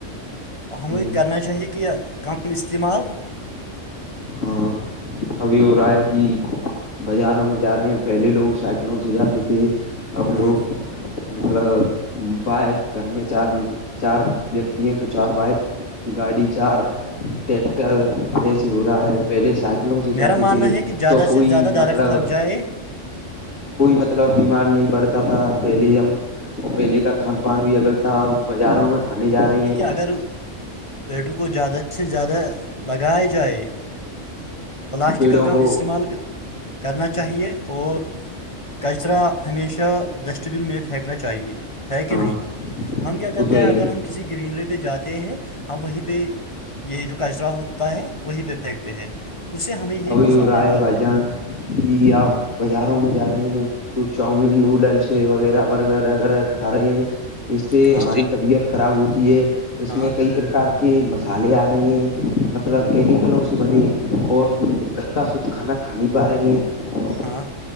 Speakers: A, on the left; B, on the left.
A: اہم
B: ہ
A: کرنا چاہے کہ کم استعمال
B: ہاں ابھی ہو رہا ہے کہ بازاروں میں جا رہے ہیں پہلے لوگ سائیکلوں سے جاتے تھے اب
A: ہاں
B: لوگ مطلب بائک گھر میں چار چار ویکتی ہیں تو چار بائک گاڑی چار ٹیکٹر ایس ہو رہا ہے پہلے سائیکل قلوں سے
A: میرا
B: جاتے
A: ماننا
B: تھے
A: ہے کہ زیادہ
B: تو کوئی
A: سے زیادہ درخت
B: مطلب
A: لگ جائے
B: کوئی مطلب بیمار نہیں پڑتا تھا پہلے جب پہلے کا کھان پان بھی اگل تھا اب بازاروں میں کھانے جا رہے ہیں
A: اگر پیٹوں کو زیادہ سے زیادہ لگایا جائے پلاسٹک
B: پیڑوں
A: کا کم
B: کو
A: استعمال کرنا چاہیے اور کچرا ہمیشہ ڈسٹ بن میں پھینکنا چاہیے پھینکے
B: ہاں
A: نہیںی ہم کیا کرتے
B: وہ تو ہے
A: ہیں اگر
B: ہی
A: کسی گرینری پہ جاتے ہیں ہم وہیں پہ یہ جو کچرا ہوتا ہے وہی پہ پھینکتے ہیں اسے ہمیں ہی
B: ابھی
A: نقصان
B: ہو رہا
A: بعد
B: ہے بھائی
A: میں
B: جان کہ آپ بازاروں میں جا رہے ہیں تو چاؤمین نڈلس وغیرہ برگر ویرہ کھ رہے ہیں اس سے
A: ہاں
B: ہماری طبیعت خراب ہوتی ہے اس
A: ہاں
B: میں کئی پرکار کہ مسالے آ رہے ہیں مطلب کیمیکلوں سے بنے اور ہم گھر کا شدھ کھانا کھا نہیں پا رہے ہیں
A: ہاں